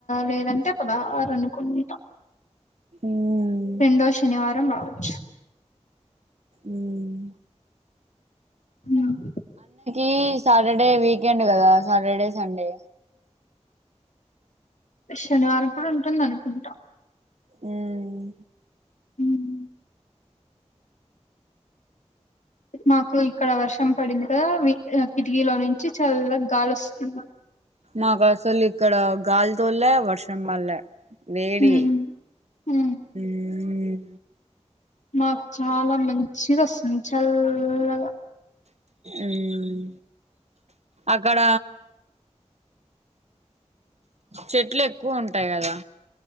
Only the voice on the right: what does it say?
మ్మ్
ఉమ్
ఏ సాటర్డే వీకెండ్ కదా, సాటర్డే సండే.
ఉమ్
నాకు అసలు ఇక్కడ గాలి తోల్లే, వర్షం పల్లే. వేడి
ఉమ్
ఉమ్ అక్కడ చెట్లు ఎక్కువ ఉంటాయి కదా.